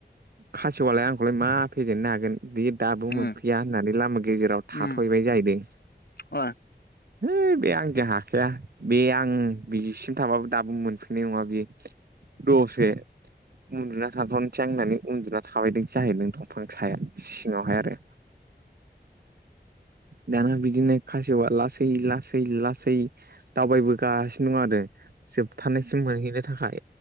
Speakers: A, on the right; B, on the left.
A: खासेवयालाय आंखौलाय मा फेजेननो हानो बे दाबो
B: उम
A: मोनफैया होननानै लामा गेजेराव थाथहैबाय
B: उम
A: जाहैबाय
B: औ
A: है बे आंजों हाखाया बे आं बिसिम थांबाबो दाबो मोनफैनाय नङा बे दसे उन्दुना थांथ'नोसै आं होननानै उन्दुना थाबायदोंसो जाहैबाय नों दंफां साया सिङावहाय आरो दाना बिदिनो खासेवआ लासै लासै लासै दावबायबोगासिनो दं आरो जोबथानायसिम मोनहैनो थाखाय